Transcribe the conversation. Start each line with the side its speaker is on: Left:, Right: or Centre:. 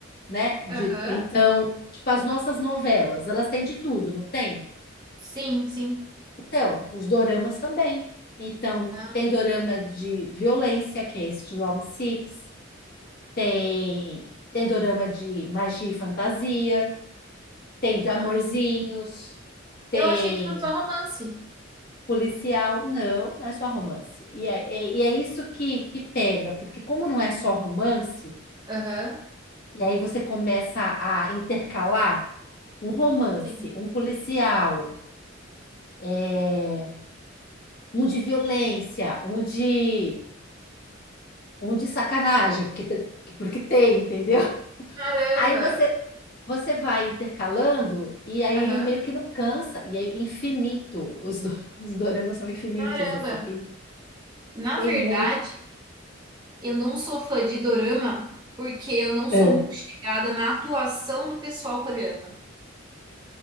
Left: né? De,
Right: Aham.
Left: então, tipo, as nossas novelas, elas têm de tudo, não tem?
Right: Sim, sim.
Left: Então, os doramas também. Então,
Right: Ah,
Left: tem dorama de violência, que é esse de Round Six, tem, tem dorama de magia e fantasia, tem de amorzinhos,
Right: ah.
Left: tem
Right: Eu achei que fosse só romance.
Left: policial, não, não é só romance. E é, é- e é isso que, que pega, porque como não é só romance,
Right: Aham.
Left: e aí você começa a intercalar. um romance,
Right: Sim.
Left: um policial, é, um de violência, um de, um de sacanagem, porque, porque tem, entendeu? <laughs>
Right: Caramba!
Left: Aí você, você vai intercalando e aí
Right: Aham.
Left: meio que não cansa, e é infinito. Os, do- <laughs> os doramas são infinitos,
Right: Caramba!
Left: assim, tem,
Right: Na
Left: tem
Right: verdade,
Left: muito.
Right: eu não sou fã de dorama porque eu não
Left: É,
Right: sou muito chegada na atuação do pessoal coreano.